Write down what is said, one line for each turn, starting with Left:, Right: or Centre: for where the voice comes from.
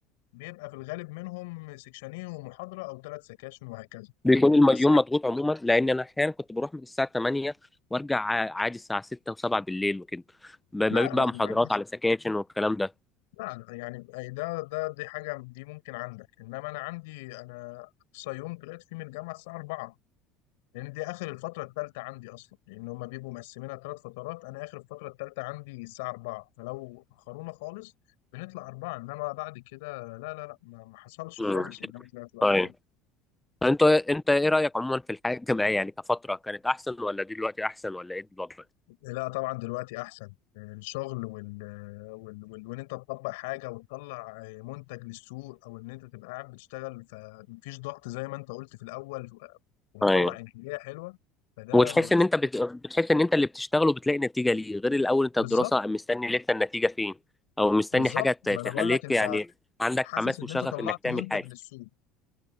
Left: بيبقى في الغالب منهم سكشنين ومحاضرة أو ثلاث سكاشن وهكذا
Centre: بيكون الم- اليوم
Left: بس
Centre: مضغوط عموما لان انا احيانا كنت بروح من الساعه 8 وارجع ع- عادي الساعه 6 و7 بالليل وكده ب- ما
Left: لا
Centre: بين
Left: لا
Centre: بقى محاضرات
Left: يعني
Centre: على سكاشن والكلام ده
Left: لا لا يعني أي ده ده دي حاجة دي ممكن عندك إنما أنا عندي أنا أقصى يوم طلعت فيه من الجامعة الساعة 4 لأن دي آخر الفترة الثالثة عندي أصلا لأن هما بيبقوا مقسمينها ثلاث فترات أنا آخر الفترة الثالثة عندي الساعة 4 فلو أخرونا خالص بنطلع أربعة إنما بعد كده لا لا لا ما ما حصلش
Centre: مم.
Left: خالص إن أنا طلعت بعد
Centre: طيب
Left: كده
Centre: انت انت ايه رايك عموما في الحياه الجامعيه يعني كفتره كانت احسن ولا دي دلوقتي احسن ولا ايه بالظبط
Left: لا طبعا دلوقتي احسن الشغل وال... وال... وال... وان انت تطبق حاجه وتطلع منتج للسوق او ان انت تبقى قاعد بتشتغل فمفيش ضغط زي ما انت قلت في الاول وبتطلع
Centre: ايوه
Left: انتاجيه حلوه فده
Centre: وتحس
Left: مفيش
Centre: ان انت بت... بتحس ان انت اللي بتشتغله بتلاقي نتيجه ليه غير الاول انت
Left: بالظبط
Centre: الدراسه مستني لسه النتيجه فين او مستني
Left: بالظبط
Centre: حاجه ت-
Left: ما
Centre: تخليك
Left: انا بقول لك انت
Centre: يعني عندك
Left: حاسس
Centre: حماس
Left: ان
Centre: وشغف
Left: انت طلعت
Centre: انك تعمل
Left: منتج
Centre: حاجه
Left: للسوق